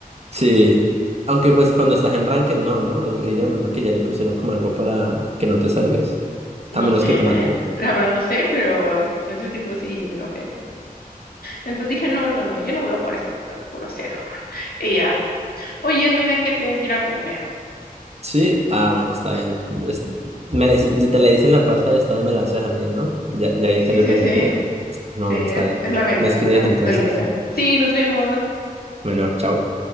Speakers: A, on the right; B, on the left.
A: sí. Aunque, pues cuando estás en ranked, no, ¿no? Y, y ya, a menos que ya le pusieron como algo para que no te salgas.
B: No
A: A menos
B: sé,
A: que te maten.
B: la verdad no sé, pero en ese tipo sí me enojé. Entonces dije, no, no, no, yo no vuelvo a jugar este juego, grosero. Y ya, oye, adivina qué, tengo que ir a comer.
A: Sí, ah, bueno, está bien. Es- me la hice- yo te la hice en la pasada y esta vez me la haces a mí, ¿no? Ya, ya vi
B: Sí,
A: que eres
B: sí,
A: vengativa.
B: sí,
A: No,
B: sí,
A: bueno,
B: es,
A: está bien.
B: es la venganza
A: Me escribes entonces.
B: de la ida. Sí, nos vemos.
A: Bueno, chao.